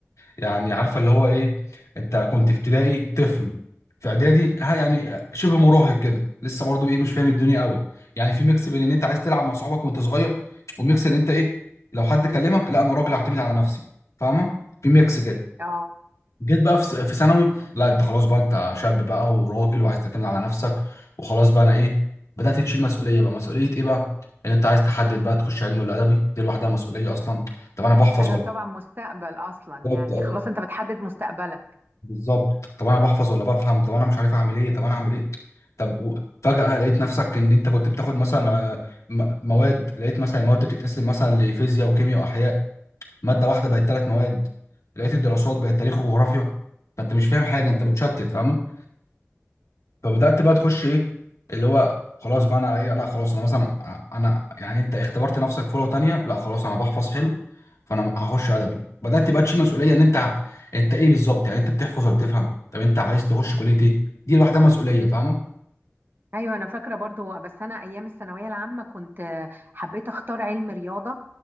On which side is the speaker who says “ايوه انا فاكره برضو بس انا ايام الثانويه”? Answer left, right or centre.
Right